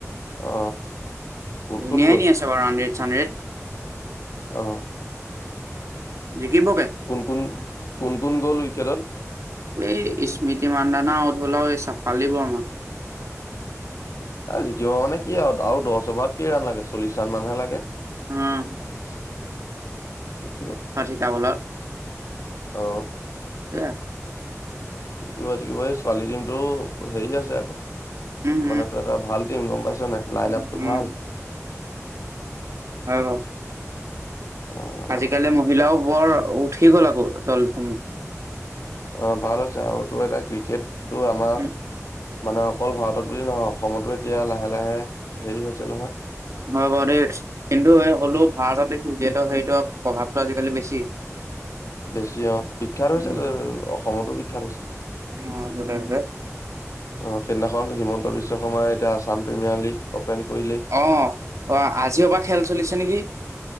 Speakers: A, on the left; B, on the right.
A: অ কোন
B: ধুনীয়াই
A: কোন গ'ল
B: নি আছে বাৰু হণ্ড্ৰেড চানড্ৰেড
A: অ
B: জিকিবগে
A: কোন কোন কোন কোন গ'ল ৱিকেটত?
B: এই স্মৃতি মান্দানা আউত হলও এই চাফালী বৰ্মা।
A: অঁ জিকিব মানে কি আৰু আৰু দ'হ অভাৰত কেই ৰাওণ লাগে চল্লিশ ৰাওণ মান হে লাগে।
B: হম
A: <inaudible>
B: হয় চিতা বলা।
A: অহ
B: এ
A: শিকিব শিকিব এই ছোৱালী টীমটো হেৰি আছে আকৌ
B: উম
A: মানে তোৰ এটা ভাল টিম গম পাইছ নাই লাইন
B: উম
A: আপটো
B: উম
A: ভাল
B: হয় ব
A: অ',
B: আজিকালি মহিলাও বৰ উঠি গ'ল আকৌ দলসমূহত।
A: অ ভাল আ হৈছে আৰু তো এটা ক্ৰিকেট্। টো আমাৰ
B: উম,
A: মানে অকল ভাৰতত বুলি নহয় অসমতো এতিয়া লাহে লাহে হেৰি হৈছে নহয়।
B: ভ বাৰ দে কিন্তু হ'লোক ভাৰতত ক্ৰিকেটৰ প্ৰভাৱটো আজিকালি বেছি
A: বেছি অ বিখ্যাত হৈছে
B: উম
A: অসমতো বিখ্যাত হৈছে।
B: অ যতে ততে
A: অ সেইদিনাখনত হিমন্ত বিশ্ব শৰ্মাৰ এতিয়া আসাম প্ৰিমিয়াৰ লীগ অপেন কৰিলেই।
B: অঁ অ আজিৰ পৰা খেল চলিছে নেকি।